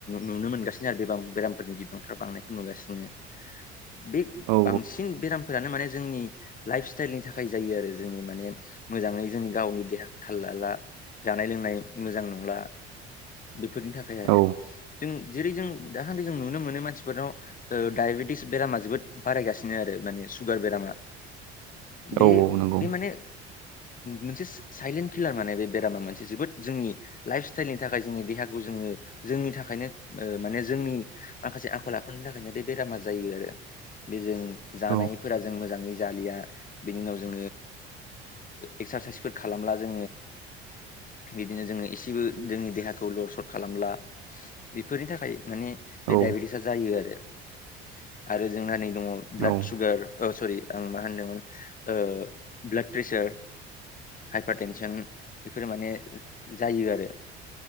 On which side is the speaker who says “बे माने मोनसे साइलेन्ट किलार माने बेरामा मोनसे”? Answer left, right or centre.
Left